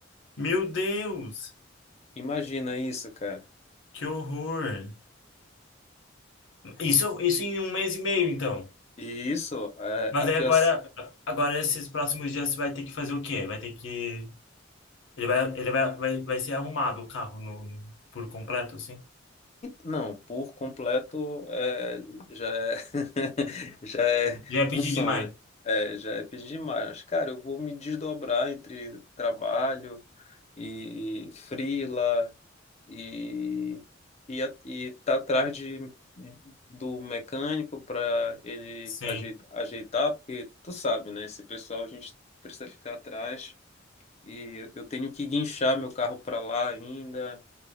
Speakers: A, on the left; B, on the left.
A: Meu Deus,
B: Imagina isso, cara.
A: que horror. Isso, isso em um mês e meio, então.
B: E isso, é,
A: Mas
B: a fiação.
A: aí agora, agora esses próximos dias você vai ter que fazer o quê? Vai ter que. Ele vai, ele vai, vai, vai ser arrumado o carro no, no- por completo, assim?
B: Não, por completo é, já é, <laughs> já é
A: Já é pedir
B: um sonho,
A: demais.
B: é, já é pedir demais. Mas, cara, eu vou me desdobrar entre trabalho e freela e, e, a- e tá atrás de, do mecânico para ele
A: Sim,
B: ajeitar, ajeitar, porque tu sabe, né? Esse pessoal a gente precisa ficar atrás. E eu eu tenho que guinchar meu carro para lá ainda.